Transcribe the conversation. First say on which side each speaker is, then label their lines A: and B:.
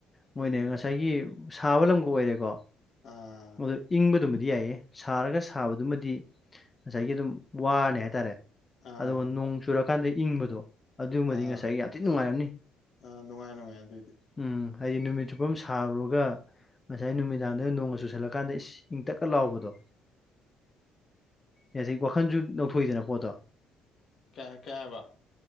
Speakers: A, on the left; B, on the left.
A: ꯍꯣꯏꯅꯦ
B: ꯎꯝ
A: ꯉꯁꯥꯏꯒꯤ ꯁꯥꯕ ꯂꯝꯒ ꯑꯣꯏꯔꯦꯀꯣ
B: ꯑꯥ
A: ꯑꯗꯨ ꯏꯪꯕꯗꯨꯃꯗꯤ ꯌꯥꯏꯑ ꯁꯥꯔꯒ ꯁꯥꯕꯗꯨꯃꯗꯤ ꯉꯁꯥꯏꯒꯤ ꯑꯗꯨꯝ ꯋꯥꯔꯅꯤ ꯍꯥꯏꯇꯥꯔꯦ
B: ꯑꯥ
A: ꯑꯗꯨꯒ ꯅꯣꯡ ꯆꯨꯔꯀꯥꯟꯗ ꯏꯪꯕꯗꯣ ꯑꯗꯨꯃꯗꯤ
B: ꯑꯥ
A: ꯉꯁꯥꯏ ꯌꯥꯝꯊꯤ ꯅꯨꯡꯉꯥꯏꯔꯝꯅꯤ꯫
B: ꯑꯥ ꯅꯨꯡꯉꯥꯏ ꯅꯨꯡꯉꯥꯏ ꯑꯗꯨꯏꯗꯤ
A: ꯎꯝ ꯍꯥꯏꯗꯤ ꯅꯨꯃꯤꯠ ꯆꯨꯞꯄ ꯑꯃꯥ ꯁꯥꯔꯨꯔꯒ ꯉꯁꯥꯏ ꯅꯨꯃꯤꯗꯥꯡꯗꯅꯥ ꯅꯣꯡꯒ ꯆꯨꯁꯟ ꯇꯟꯁꯜꯂꯀꯥꯟꯗ ꯏꯁ ꯏꯪꯇꯛꯀ ꯂꯥꯎꯕꯗꯣ ꯌꯥ ꯖꯤ ꯋꯥꯈꯟꯁꯨ ꯅꯩꯊꯣꯛꯏꯗꯅ ꯄꯣꯠꯇꯣ
B: ꯀꯩ ꯀꯩ ꯍꯥꯏꯕ꯫